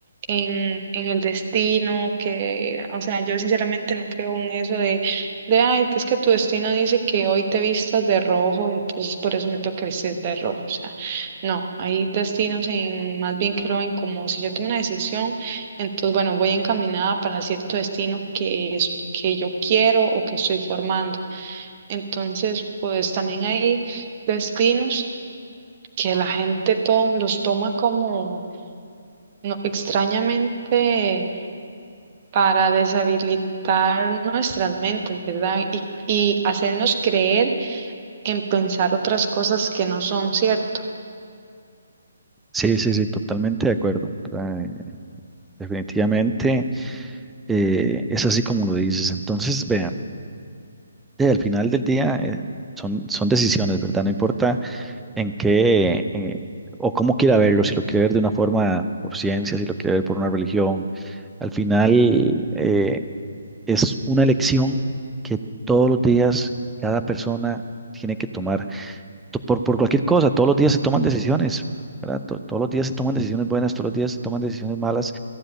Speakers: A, on the right (about 30°); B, in the centre.
A: en, en el destino que o sea yo sinceramente no creo en eso de de ay que es que tu destino dice que hoy te vistas de rojo entonces por eso me toca vestir de rojo o sea no hay destinos en más bien creo en como si yo tomo una decisión entonces, bueno, voy encaminada para cierto destino que es que yo quiero o que estoy formando. Entonces, pues también hay destinos que la gente to- los toma como no, extrañamente para deshabilitar nuestras mentes, ¿verdad? Y, y hacernos creer en pensar otras cosas que no son cierto.
B: Sí, sí, sí, totalmente de acuerdo. Eh, definitivamente eh, es así como lo dices. Entonces, vean, eh, al final del día eh, son, son decisiones, ¿verdad? No importa en qué eh, o cómo quiera verlo, si lo quiere ver de una forma por ciencia, si lo quiere ver por una religión. Al final eh, es una elección que todos los días cada persona tiene que tomar. To- Por, por cualquier cosa, todos los días se toman decisiones, ¿verdad? To- todos los días se toman decisiones buenas, todos los días se toman decisiones malas.